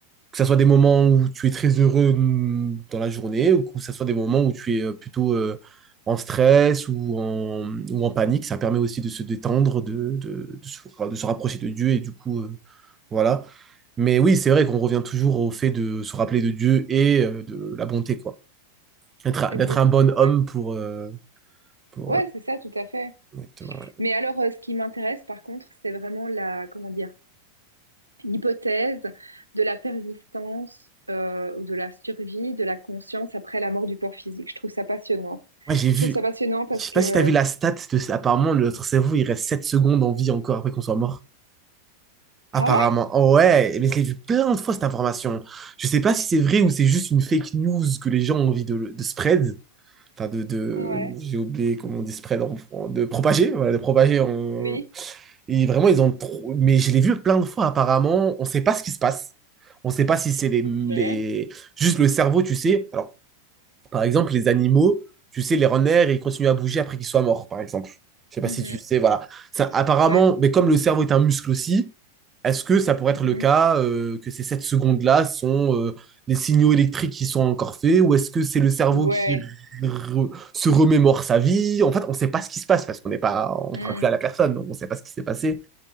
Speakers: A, on the right; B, on the right.
A: que ça soit des moments où tu es très heureux mm, dans la journée ou que ça soit des moments où tu es euh, plutôt euh, en stress ou en, ou en panique. Ça permet aussi de se détendre, de, de, de se, enfin, de se rapprocher de Dieu et du coup, euh, voilà. Mais oui, c'est vrai qu'on revient toujours au fait de se rappeler de Dieu et euh, de la bonté, quoi. D'être,
B: Exactement,
A: d'être un bon homme
B: ouais.
A: pour... euh, pour
B: Ouais,
A: euh,
B: c'est ça, tout à fait.
A: exactement, ouais.
B: Mais alors, euh, ce qui m'intéresse, par contre, c'est vraiment la, comment dire, l'hypothèse de la persistance euh, ou de la survie de la conscience après la mort du corps physique. Je trouve ça passionnant.
A: Moi, j'ai
B: Je
A: vu...
B: trouve ça passionnant parce
A: Je sais
B: que...
A: pas si t'as vu la stat de... Apparemment, notre cerveau, il reste 7 secondes en vie encore après qu'on soit mort. Apparemment.
B: Ah ouais?
A: Oh ouais, mais je l'ai vu plein de fois cette information. Je sais pas si c'est vrai ou c'est juste une fake news que les gens ont envie de, de spread. Enfin, de, de
B: Ouais.
A: j'ai oublié comment on dit spread en- en- de propager. Voilà, de propager en...
B: Oui.
A: Et vraiment, ils ont trop... Mais je l'ai vu plein de fois apparemment. On sait pas ce qui se passe. On sait pas si c'est les, les...
B: Ok.
A: juste le cerveau, tu sais. Alors, par exemple, les animaux, tu sais, les renards, ils continuent à bouger après qu'ils soient morts, par exemple. Je sais pas
B: Mhm.
A: si tu sais, voilà. Ça, apparemment,
B: Ouais.
A: mais comme le cerveau est un muscle aussi, est-ce que ça pourrait
B: Mhm.
A: être le cas euh, que ces 7 secondes-là sont euh, les signaux électriques qui sont encore faits ou est-ce que c'est le cerveau
B: Ouais.
A: qui re- se remémore sa vie? En fait, on ne sait pas ce qui se passe parce qu'on n'est pas, on
B: Hmm.
A: parle plus à la personne, donc on ne sait pas ce qui s'est passé.